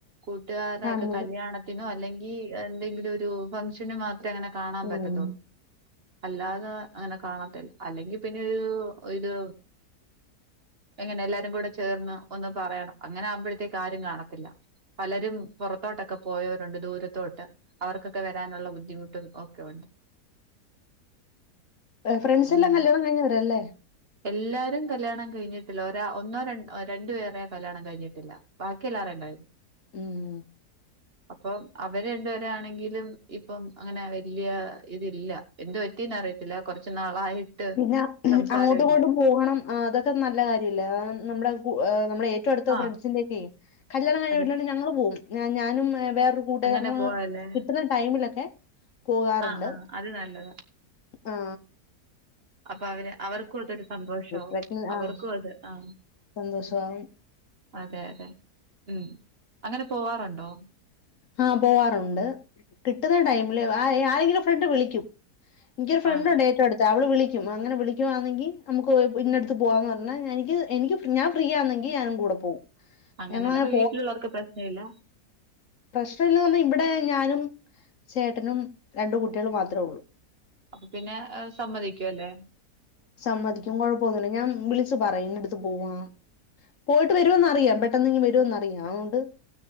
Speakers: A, on the right (about 45°); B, on the left (about 55°).
A: വീട്ടുകാരെയൊക്കെ
B: കാണുന്നത്
A: കല്യാണത്തിനോ അല്ലെങ്കി എന്തെങ്കിലും ഒരു ഫംഗ്ഷന് മാത്രേ അങ്ങനെ കാണാൻ
B: ഉം
A: പറ്റത്തുള്ളൂ അല്ലാതെ ത് അങ്ങനെ കാണത്തില്ല അല്ലെങ്കി പിന്നെ ഒരു ഒരു എങ്ങനെ എല്ലാരുകൂടെചേർന്ന് ഒന്ന് പറയണം അങ്ങനെ ആവുമ്പോഴത്തേക്ക് ആരും കാണത്തില്ല പലരും പുറത്തോട്ടൊക്കെ പോയവരുണ്ട് ദൂരത്തോട്ട് അവർക്കൊക്കെ വരാനുള്ള ബുദ്ധിമുട്ടും ഒക്കെ ഉ
B: ഫ്രണ്ട്സ് എല്ലാം
A: ഉം.
B: കല്യാണം കഴിഞ്ഞ വരല്ലേ
A: എല്ലാരും കല്യാണം കഴിഞ്ഞിട്ടില്ല ഒരാ ഒന്നോ ര രണ്ടു പേരെ കല്യാണം കഴിഞ്ഞിട്ടില്ല ബാക്കിയല്ലാരേം കഴിഞ്ഞു
B: ഉം
A: അപ്പോ അവര് രണ്ട് പേരാണെങ്കിലും ഇപ്പം അങ്ങനെ വലിയ ഇതില്ല എന്ത് ത്തിന്ന് അറിയത്തില്ല കുറച്ച് നാളായിട്ട്
B: പിന്നെ
A: സംസാരമില്ല
B: അങ്ങോട്ടും ഇങ്ങോട്ടും പോണം അതൊക്കെ നല്ല കാര്യല്ലേ നമ്മളെ നമ്മളെ ഏറ്റവുംഅടുത്ത
A: ആ
B: ഫ്രണ്ട്സിന്റെഒക്കെ കല്യാണം കഴിഞ്ഞ
A: അതെ
B: വീട്ടിലേക്ക് ഞങ്ങൾ പോകും ഞാനും വേറരു <unintelligible>
A: അങ്ങനെ പോവല്ലേ
B: കിട്ടുന്ന ടൈമിലൊക്കെ പോകാറുണ്ട്
A: ആ ആ അത് നല്ലതാ
B: ആ
A: അപ്പൊ അവര് അവർക്കും ഇതൊരു സന്തോഷാവും
B: പ്രഗ്ന
A: അവർക്കും
B: ആഹ്
A: അത് ആ
B: സന്തോഷമാവും
A: അതെ അതെ ഉം അങ്ങനെ പോവാറുണ്ടോ
B: ആഹ പോവാറുണ്ട് കിട്ടുന്ന ടൈമില് ആരെങ്കിലും ഫ്രണ്ട് വിളിക്കും എനിക്കൊരു ഫ്രണ്ട്
A: ആണോ
B: ഉണ്ട് ഏറ്റവും അടുത്ത അവള് വിളി കും അങ്ങനെ വിളിക്കുവാണെങ്കിൽ നമുക്ക് ഇന്നടുത്ത് പോവാന്ന് പറഞ്ഞാ എനിക്ക് എനിക്ക് ഞാൻ ഫ്രീ ആന്നെങ്കി ഞാനും കൂടെ പോകും.
A: അങ്ങനെയല്ല
B: ഞങ്ങളങ്ങനെ
A: ഇപ്പൊ വീട്ടിലുള്ളവർക്ക് പ്രശ്ന ഇല്ല
B: പ്രശ്ന ഇല്ലെന്ന് പറഞ്ഞാൽ ഇവിടെ ഞാനും ചേട്ടനും രണ്ടു കുട്ടികളും മാത്രേ ഉള്ളു
A: അപ്പൊ പിന്നെ സമ്മതിക്കുവല്ലേ
B: സമ്മതിക്കും കൊഴപ്പൊന്നൂല്ല ഞാൻ വിളിച്ചു പറയും ഇന്നടുത്ത് പോവുവാണെന്ന് പോയിട്ട് വരുമെന്നറിയാം പെട്ടെന്നിങ്ങു വരുമെന്നറിയാം അതുകൊണ്ട്